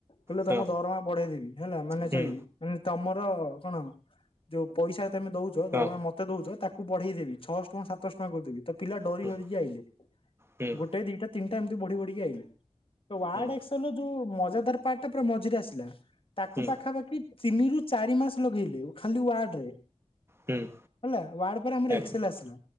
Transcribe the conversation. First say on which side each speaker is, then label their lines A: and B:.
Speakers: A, on the left (about 50°); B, on the right (about 20°).
A: କହିଲେ
B: ହଁ
A: ତମ ଦରମା ବଢେଇଦେବି ହେଲା, ମାନେ
B: ହୁଁ
A: ସରି ତମର କଣ ଯୋଉ ପଇସା ତମେ ଦଉଛ, ଦରମା
B: ହଁ
A: ମତେ ଦଉଛ ତାକୁ ବଢେଇ ଦେବି ଛଅଶହ ଟଙ୍କା ସାତଶହ ଟଙ୍କା କରିଦେବି। ତ ପିଲା ଡରି
B: ହୁଁ
A: ହରିିକି ଆଇଲେ
B: ହୁଁ
A: ଗୋଟେ ଦିଟା ବଢି ବଢିକି ଆଇଲେ ୱାର୍ଡଏକ୍ସେଲର
B: ହୁଁ
A: ଯୋଉ ମଜାଦାର ପାର୍ଟଟା ପୁରା ମଝିରେ ଆସିଲା। ତାକୁ
B: ହୁଁ
A: ପାଖାପାଖି ତିନି ରୁ ଚାରି ମାସ ଲଗେଇଲେ ଖାଲି ୱାର୍ଡରେ।
B: ହୁଁ
A: ହେଲା ୱାର୍ଡ ପରେ ଆମର
B: ଓ
A: ଏକ୍ସେଲ୍ ଆସିଲା